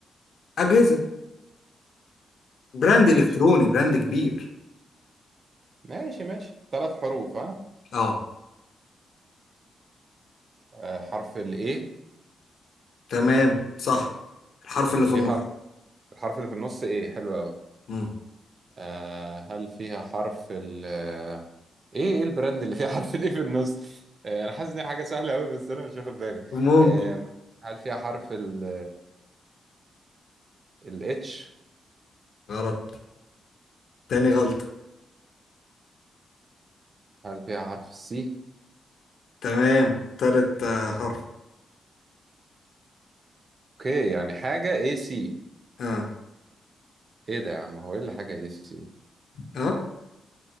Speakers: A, on the left; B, on the right.
A: أجهزة براند
B: ماشي
A: إلكتروني براند كبير
B: ماشي ماشي ثلاث حروف ها
A: اه
B: آه، حرف الايه
A: تمام صح الحرف اللي في
B: في
A: النص
B: حرف الحرف اللي في النص ايه حلو قوي
A: مم.
B: آه هل فيها حرف ال آه، ايه ايه البراند اللي فيها <laughs> حرف الايه في النص آه انا حاسس ان هي حاجه سهله قوي بس انا مش واخد بالي
A: ممكن
B: آه هل فيها حرف ال الاتش
A: غلط تاني غلطة
B: هل فيها حرف السي
A: تمام تالت آه، حرف
B: اوكي يعني حاجه اي سي
A: اه
B: ايه ده يا عم هو ايه اللي حاجه اي سي
A: اه